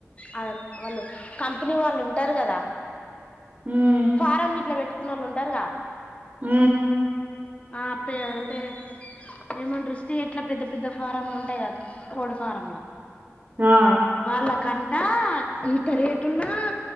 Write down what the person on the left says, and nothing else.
అ వాళ్ళు కంపెనీ వాళ్ళు ఉన్ టరు గదా
ఫారం గిట్లా పెట్టుకున్నోళ్ళు ఉంటారుగా
ఆ పే అంటే ఏమంటరు స్టేట్ల పెద్ద పెద్ద ఫారమ్లు ఉంటయ్ గా కోడి ఫారంలు
వాళ్ళకంటా ఇంత రేటున్నా